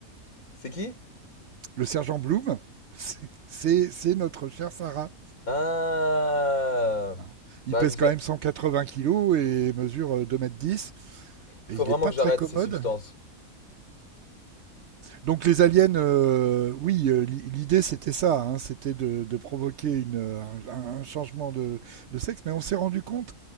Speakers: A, on the left; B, on the right.
A: C'est qui?
B: Le sergent Bloom, <laughs> c'est c'est- c'est notre chère Sarah.
A: Ah.
B: Hein. Il
A: Bah,
B: pèse
A: vous sa-
B: quand même 180 kilos et mesure euh, deux mètres dix
A: il
B: Et
A: faut
B: il
A: vraiment
B: n'est pas
A: que j'arrête
B: très commode.
A: ces substances.
B: Donc les aliens, euh, oui, euh, l'i- l'idée c'était ça, hein, c'était de, de provoquer une, euh, un, un changement de, de sexe, mais on s'est rendu compte